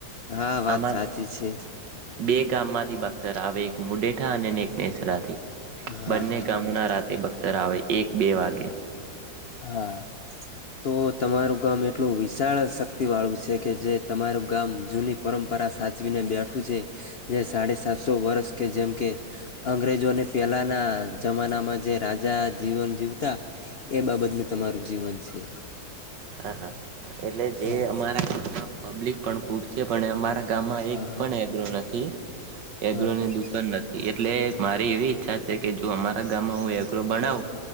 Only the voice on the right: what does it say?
આ
બે ગામમાંથી બખ્તર આવે એક મુઢેઠા અને સલાહથી
બંને
ગામોના
રાતે ભખતર કરાવે એક બે વાગે
હા હા એટલે જે
અમારા ગામમાં પબ્લિક પણ ખુબ છે, પણ અમારા ગામમાં
એક પણ એગ્રો નથી
એગ્રો ને
દુકાન નથી એટલે મારી એવી ઈચ્છા છે કે જો અમારા ગામમાં હું એગરો બનાવુ